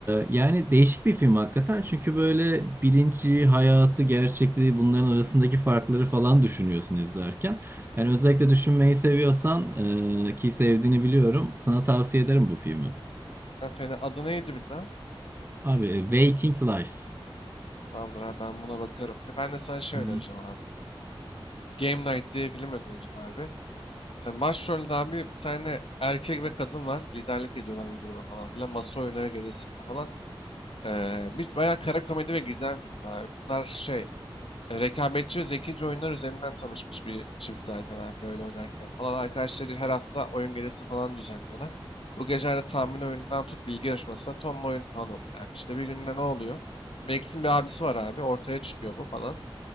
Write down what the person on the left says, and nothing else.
Ha, Fena. Adı neydi bir daha?
Tamamdır abi ben buna bakarım. Ben de sana şey
önereceğim abi. Game Night diye film önereceğim abi. E, Başrolde abi bir tane erkek ve kadın var. Liderlik ediyorlar bir gruba falan filan. Masa oyunları gerisinde falan. E, bir bayağı kara komedi ve gizem filmi abi. Bunlar şey e, rekabetçi ve zekice oyunlar üzerinden tanışmış bir çift zaten abi böyle oynarken falan. Arkadaşları her hafta oyun gecesi falan düzenliyorlar. Bu gecelerde tahmin oyunundan tut bilgi yarışmasına tonla oyun falan oluyor abi. İşte bir günde ne oluyor? Max'in bir abisi var abi. Ortaya çıkıyor bu falan.